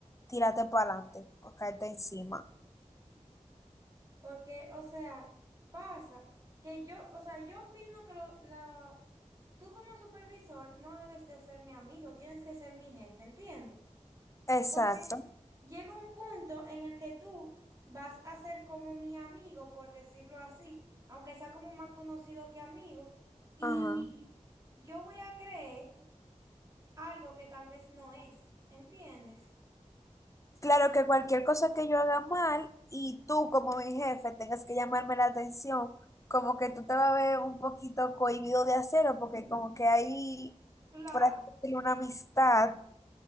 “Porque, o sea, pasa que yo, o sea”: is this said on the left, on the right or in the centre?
Right